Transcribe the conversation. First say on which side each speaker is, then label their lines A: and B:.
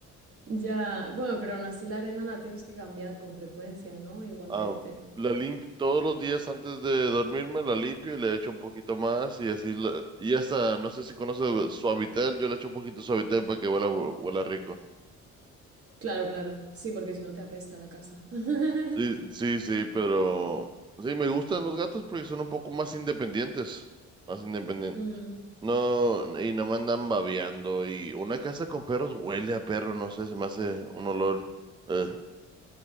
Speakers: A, on the right; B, on the right.
A: Ya, bueno, pero aún así la arena la tienes que cambiar con frecuencia, ¿no? Igualmente.
B: Am, la lim- todos los días antes de dormirme la limpio y le echo un poquito más y así la- y hasta no sé si conoce Suavitel, yo le echo un poquito de Suavitel para que huela, huela rico.
A: Claro, claro. Sí, porque si no te apesta la casa. <laughs>
B: Sí, sí, sí, pero sí me gustan los gatos porque son un poco más independientes, más independientes.
A: Mm.
B: No, y no me andan babeando y una casa con perros huele a perro, no sé, se me hace un olor. eh.